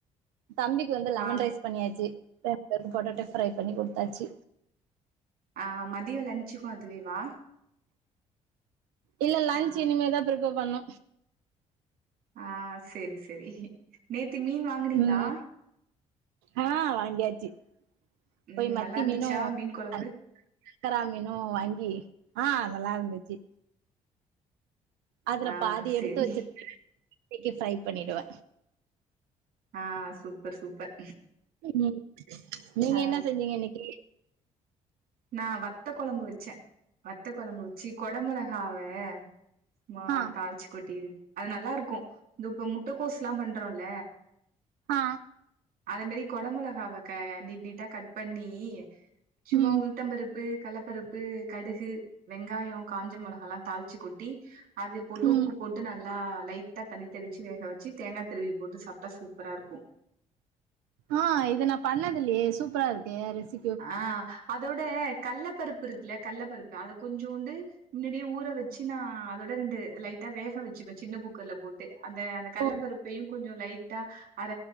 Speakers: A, on the right (about 75°); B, on the right (about 60°).
A: தம்பிக்கு வந்து லெமன்
B: ஆ
A: ரைஸ் பண்ணியாச்சு ரெண்பேருக்கூ பொட்டோட்டோ ஃப்ரை பண்ணி குடுத்தாச்சு
B: ஆ மதியோ லஞ்சுக்கு அதுவேவா
A: இல்ல லஞ்ச்
B: ஆ
A: இனிமேதா பிரிப்பர் பண்ணு
B: ஆ செரி செரி நேத்தி மீன் வாங்னீங்ளா
A: ம் ஆ வாங்கியாச்சு
B: ம்
A: போய் மத்தி
B: நல்லா இருந்துச்சா
A: மீனு
B: மீன் கொழம்பு
A: அ சங்கரா மீனு வாங்கி ஆ நல்லாருந்துச்சி அதுல
B: ஆ
A: பாதி
B: செரி
A: எடுத்து வச்சிருக்க இன்னிக்கு ஃப்ரை பண்ணிடுவ
B: ஆ சூப்பர் சூப்பர்
A: ம் நீங்க
B: ஆ
A: என்னா செஞ்சீங்க இன்னிக்கி
B: நா வத்த கொழம்பு வச்ச வத்த கொழம்பு வச்சி கொடமொளகாவ சும்மா
A: ஆ
B: தாள்ச்சி கொட்டி அது நல்லாருக்கு தோ இப்ப முட்டக்கோஸ்லா பண்றோல
A: ஆ
B: அத மாரி கொட மொளகாவ க நீட் நீட்டா கட் பண்ணி சும்மா
A: ம்
B: உள் ப்பு கல்லப்பருப்பு கடுகு வெங்காயொ காஞ்ச மொளகலா தாள்ச்சி கொட்டி அது போட்டு
A: ம்
B: உப்பு போட் ட்டு நல்லா லைட்டா தண்ணி தெளிச்சு வேக வச்சு தேங்கா திருவி போட்டு சாப்டா சூப்பராருக்கு
A: ஆ இது நா பண்ணதுல்லையே சூப்பராருக்கே ரெசி
B: ஆ அதோட கல்ல பருப்பு இருக்குல்ல கல்ல பருப்பு அத கொஞ்சோண்டு முன்னேடியே ஊற வச்சு நா அதோட ரெண்டு லைட் ட்டா வேக வச்சுப்ப சின்ன குக்கர்ல போட்டு அந்த அந்த கல்லப்பருப்
A: ஓ
B: பயு கொஞ்சொ லைட்டா அர